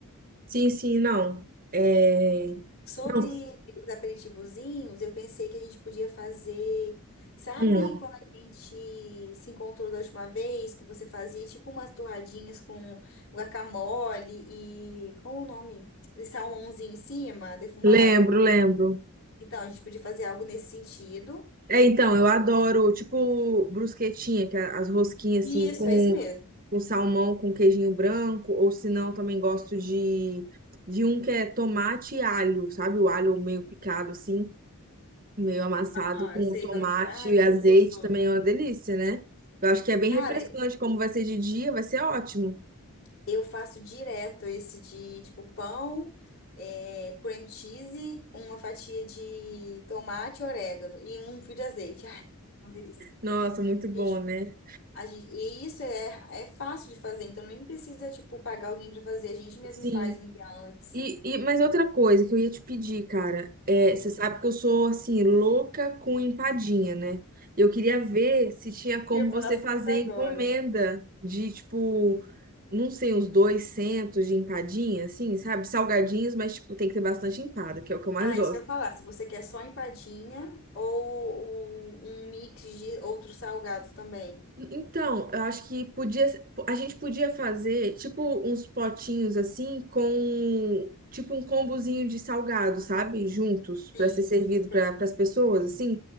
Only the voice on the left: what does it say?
Sobre
os aperitivozinhos, eu pensei que a gente podia fazer. Sabe
quando a gente se encontrou da última vez, que você fazia tipo umas torradinhas com guacamole e. Qual o nome? E salmãozinho em cima, defumado?
Então, a gente podia fazer algo nesse sentido.
Isso,
é isso mesmo.
Ah,
eu sei
qual que você vai. Ai,
muito
gostoso.
Cara,
Eu faço direto esse de tipo pão, é, cream cheese, uma fatia de tomate, orégano e um fio de azeite. Ai, uma delícia.
A
gente-
a gente- e isso é, é fácil de fazer, então nem precisa tipo pagar alguém para fazer, a gente mesmo
faz um dia antes.
Hum.
E eu ia falar
sobre
isso agora.
Ah,
isso que eu ia falar, se você quer só empadinha ou um um mix de outros salgados também.
Sim,
tem.